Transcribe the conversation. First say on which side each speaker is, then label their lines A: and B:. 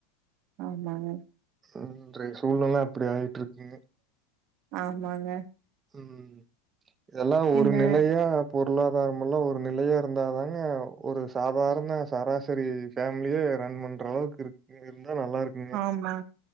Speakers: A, on the right; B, on the right.
A: ஆமாங்க
B: இன்றைய சூழ்நெல அப்டி ஆயிட்டுருக்குங்க
A: ஆமாங்க
B: உம் இதெல்லா ஒரு
A: இந்த
B: நிலையா பொருளாதாரோமுல்லா ஒரு நிலையா இருந்தாதாங்க ஒரு சாதாரண சராசரி ஃபேமிலியே ரன் பண்ற அளவுக்கு இருக்குங்க இர்ந் அங்க நல்லா இருக்குங்க
A: ஆமா